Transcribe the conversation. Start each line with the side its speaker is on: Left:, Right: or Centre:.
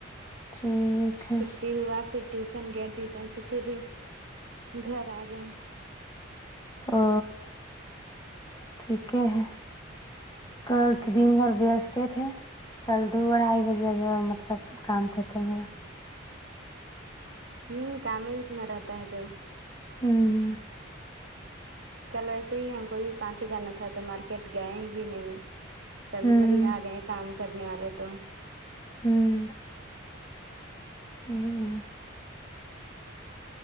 Left: ٹھیک ہے
Right: چھٹی ہوا پھر ٹیوشن گئے ٹیوشن سے پھر گھر آگئے
Left: او ٹھیک ہے کل تو دن بھر ویست تھے کل دو اڑھائی بجے جو مطلب کام ختم ہوا
Right: ہوں کام ہی اتنا رہتا ہے تو
Left: ہوں
Right: کل ویسے ہی ہم کو ہی پان کے جانا تھا تو مارکیٹ گئے بھی نہیں سب
Left: ہوں
Right: ادھر ہی آ گئے کام کرنے والے تو
Left: ہوں نہیں نہ